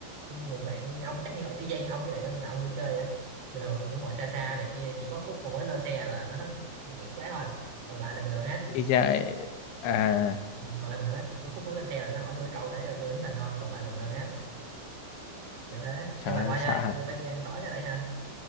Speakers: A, on the right (about 75°); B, on the left (about 75°).
A: người bạn ông chắc như y chang như ông với bạn ông đi chơi đấy bình thường cứ ngồi xa xa này kia chỉ có khúc mà mới lên xe là nó hết hết lại khúc đấy thôi còn lại là bình thường hết
B: y chang ấy. à
A: ừ, còn lại bình thường hết cứ khúc mới lên xe là nó hỏi tôi cái câu đấy là tôi đứng hình thôi còn lại là bình thường hết kiểu thế
B: trời
A: em mà
B: ơi
A: thôi
B: xạ
A: nha
B: hạt
A: tôi phải đi ăn tối cái đã nha